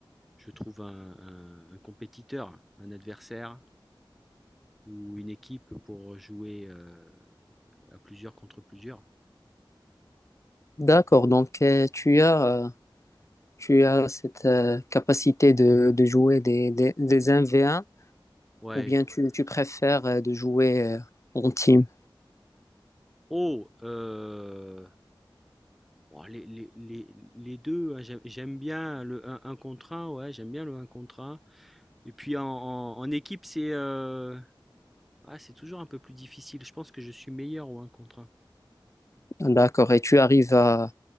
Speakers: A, in the centre; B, on the left.
A: je trouve un un un compétiteur, un adversaire ou une équipe pour jouer, heu, à plusieurs contre plusieurs.
B: D'accord, donc euh, tu as euh, tu as cette euh, capacité de, de jouer des, des, des un v un
A: Ouais.
B: ou bien tu, tu préfères euh, de jouer euh, en team.
A: Oh, heu, bon les les les les 2, hein, j'aime j'aime bien le un contre un. ouais, j'aime bien le un contre un. Et puis en en en équipe c'est, heu, ah c'est toujours un peu plus difficile. Je pense que je suis meilleur au un contre un.
B: D'accord. Et tu arrives à,